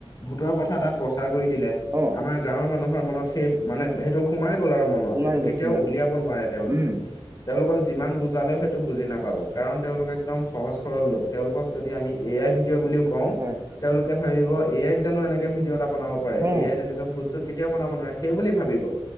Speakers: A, on the left; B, on the right.
A: ভূতৰ কথা তাত প্ৰচাৰ কৰি দিলে।
B: অ
A: আমাৰ গাঁৱৰ মানুহৰ মনত সেই মানে সেইটো সোমাই গ'ল আৰু মন নত
B: সোমাই
A: এইটো
B: গ'ল
A: কেতিয়াও
B: সোমাই
A: উলিয়াব
B: গ'ল
A: নোৱাৰে তেওঁলোকে।
B: উম
A: তেওঁলোকক যিমান বুজালেও সেইটো বুজি নাপাব কাৰণ তেওঁলোক একদম সহজ সৰল লোক। তেওঁলোকক যদি আমি এআই ভিডিঅ' বুলিও কওঁ
B: হয়
A: তেওঁলোকে ভাবিব এ এআইত জানো এনেকে ভিডিঅ' ত বনাব পাৰে
B: অ
A: এআইত তেনেকুৱে ভূত-চূত কেতিয়াও বনাব নোৱাৰে সেইবুলি ভাবিব।